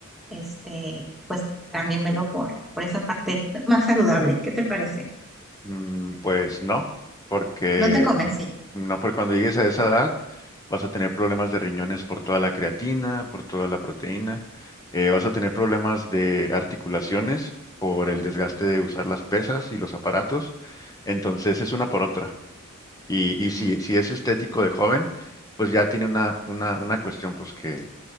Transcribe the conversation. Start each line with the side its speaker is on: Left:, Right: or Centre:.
Centre: este, pues también velo por, por esa parte más saludable. ¿Qué te parece?
Left: Mm, pues no, porque
Centre: No te convencí.
Left: No, porque cuando llegues a esa edad vas a tener problemas de riñones por toda la creatina, por toda la proteína, eh, vas a tener problemas de articulaciones por el desgaste de usar las pesas y los aparatos. Entonces es una por otra. Y, y si, si es estético de joven, pues ya tiene una, una, una cuestión, pues que,